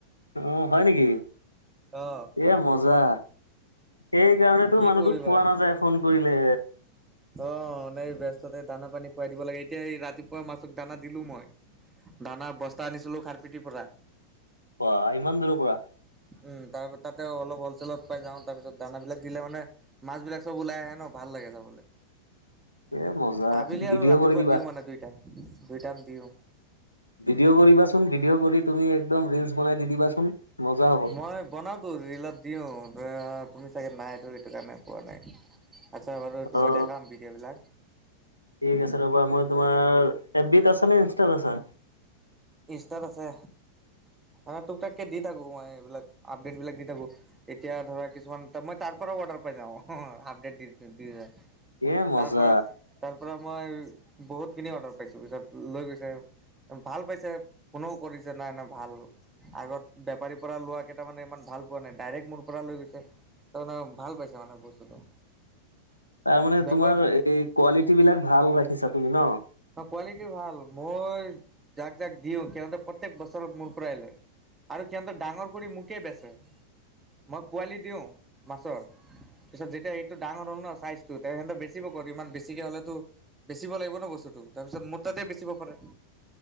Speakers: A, on the left; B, on the right.
A: উম, হয় নেকি।
B: অ
A: এ মজা। সেই কাৰণেতো
B: কি
A: মানুহটোক
B: কৰিবা
A: পোৱা নাযায় ফোন কৰিলে।
B: অ', নেই ব্যস্ততে দানা-পানী খুৱাই দিব লাগে, এতিয়া এই ৰাতিপুৱা মাছক দানা দিলোঁ মই। দানা বস্তা আনিছিলোঁ, খাৰপিথি পৰা।
A: বা', ইমান দূৰৰ পৰা?
B: উম, তা-তাতে অলপ হলচেলত পাই যাওঁ, তাৰ পিছত - দানাবিলাক দিলে মানে মাছবিলাক চব ওলাই আহে ন' ভাল লাগে চাবলে।
A: এ মজা
B: আবেলি
A: ভিডিঅ'
B: আৰু ৰাতিপুৱা
A: কৰি দিবা
B: দিওঁ মানে দুই টাইম, দুই টাইম দিওঁ।
A: ভিডিঅ' কৰিবাচোন, ভিডিঅ' কৰি তুমি একদম ৰিল্‌ছ বনাই দি দিবাচোন, মজা হ'ব।
B: হয় বনা- টো ৰিলত দিওঁ। আপুনি চাগে নাই, ত' এইটো কাৰণে পোৱা নাই। আচ্ছা বাৰু তোমাক
A: অ
B: দেখাম ভিডিঅ'বিলাক।
A: ঠিক আছে ৰ'বা, মই তোমাৰ, এফ বিত আছা নে ইনষ্টাত আছা?
B: ইনষ্টাত আছে। মানে তুক-তাককে দি থাকোঁ মই এইবিলাক, আপডেটবিলাক দি থাকোঁ। এতিয়া ধৰা কিছুমান, তা, মই তাৰ পৰাও অৰ্ডাৰ পাই যাওঁ, আপডেট দি, দ, দি যায়।
A: এ মজা
B: তাৰপৰা - তাৰ পৰা মই বহুতখিনি অৰ্ডাৰ পাইছোঁ। পিছত লৈ গৈছে, ভাল পাই - ছে ফোনো কৰিছে, নাই নাই ভাল - আগত বেপাৰী পৰা লোৱাকেইটা মানে ইমান ভাল পোৱা নাই, ডাইৰেক্ট মোৰ পৰা লৈ গৈছে। তাৰমানে ভাল পাইছে মানে বস্তুটো।
A: তাৰ মানে
B: বেপাৰ
A: তোমাৰ এই কোৱালিটীবিলাক ভাল ৰাখিছা তুমি ন?
B: অ' কোৱালিটি ভাল। মই যাক যাক দিওঁ, সিহঁতে প্ৰ - তেক বছৰত মোৰ পৰাই লয়। আৰু সিহঁতে ডাঙৰ কৰি মোকে বেচে। মই পোৱালি দিওঁ - মাছৰ। পিছত যেতিয়া এইটো ডাঙৰ হ'ল ন' চাইজটো, তে সিহঁতে বেচিব ক'ত? ইমান বেছিকে হ'লেওতো - বেচিব লাগিব ন' বস্তুটো। তাৰপিছত মোৰ তাতে বেচিব পাৰে।